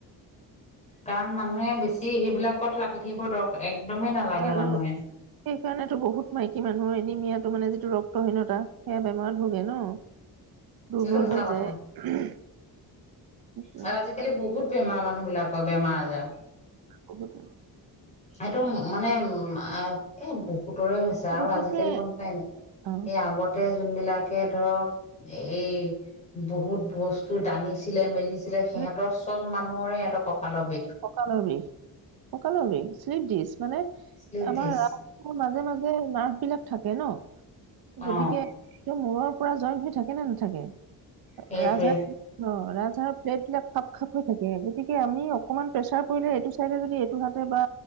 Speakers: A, on the left; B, on the right.
A: কাৰণ মানুহে বেছি সেইবিলাকত লাগি থাকিব দৰকাৰ, একদমেই নালাগে
B: আৰু
A: মানুহে।
B: সেইকাৰণেতো বহুত মাইকী মানুহৰ এনিমিয়াটো, মানে যিটো ৰক্তহীনতা সেয়া বেমাৰত ভোগে ন। দুৰ্বল
A: এইটো সঁচা
B: হৈ
A: কথা
B: যায়। সেইটোৱেই।
A: আৰু আজিকালি বহুত বেমাৰ মানুহ বিলাকৰ, বেমাৰ আজাৰ।
B: ক'ব <unintelligible>
A: এইটো মানে উম, এ, বহুতৰে হৈছে। আৰু
B: গতিকে
A: আজিকালি গম পাই নাই,
B: অ',
A: হে আগত তে, যোনবিলাকে ধৰক, এই বহুত বস্তু দাঙিছিলে মেলিছিলে সেইবিলাক, সিহঁতৰ
B: উম
A: চব মানুহৰে সিহঁতৰ কঁকালৰ বিষ।
B: ককালৰ বিষ, ককালৰবিষ শ্লিপদিছ, মানে
A: শ্লিপ
B: আমাৰ
A: দিছ
B: <unintelligible> মাজে মাজে নাৰ্ভ বিলাক থাকে ন,
A: অ
B: গতিকে তো মূৰৰ পৰা জইন হৈ থাকে নে নাথাকে?
A: সেইটোৱে
B: ৰাজহাড় অ', ৰাজহাঁড়ৰৰ প্লেট বিলাক খাপ খাপ হৈ থাকে, গতিকে আমি অকমান প্ৰেছাৰ পৰিলে এইটো চাইডে যদি, এইটো হাতে বা